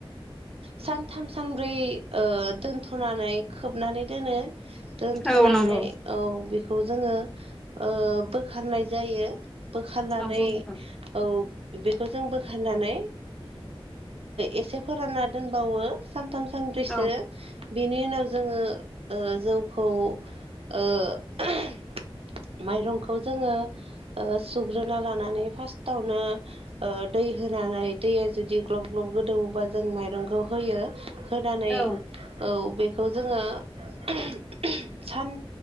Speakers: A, on the right; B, in the centre.
A: सानथाम सानब्रै ओ दोनथ'नानै खोबनानै दोनो दोनथ'नानै
B: औ नंगौ
A: औ बेखौ <inaudible> बे जोङो ओ बोखारनाय जायो बोखारनानै
B: नंगौ नोंथां
A: औ बेखौ जों बोखारनानै एसे फोरानना दोनबावो सान सानथाम सानब्रैसो
B: औ
A: बिनि उनाव जोङो जौखौ ओ <inaudible> माइरंखौ जोङो सुग्रोना लानानै फार्टावनो ओ दै होन होनानै दैया जुदि ग्लब ग्लब गोदौबा जों माइरंखौ होयो होनानै
B: औ
A: औ बेखौ जोङो <inaudible> सान